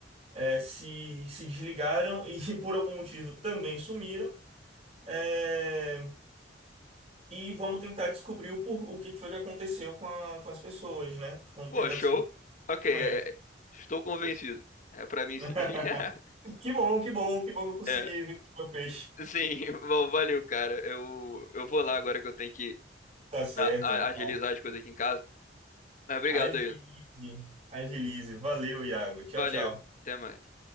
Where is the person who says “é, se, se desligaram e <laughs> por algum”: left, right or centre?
Right